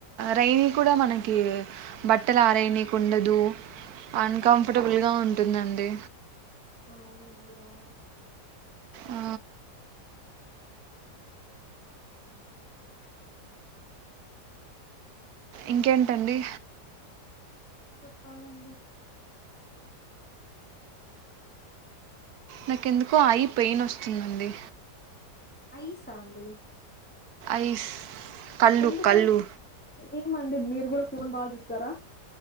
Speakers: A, on the right (about 65°); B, in the centre.
A: రైైనీ కూడా మనకి బట్టలు ఆరైణికుండదు అన్కంఫరటబుల్
B: ఉమ్,
A: గా ఉంది ఉంటుందండి
B: అవునండి అవును
A: ఆ, ఇంకేంటండి
B: చెప్పాలండి
A: నాకెందుకో ఐ పెయిన్ వస్తుందండి
B: ఐసా అండి
A: ఐస్ కళ్ళు
B: ఎందుక
A: కళ్ళు
B: ఈ మండి మీరు మీరు కూడా ఫోన్ బాగా చూస్తారా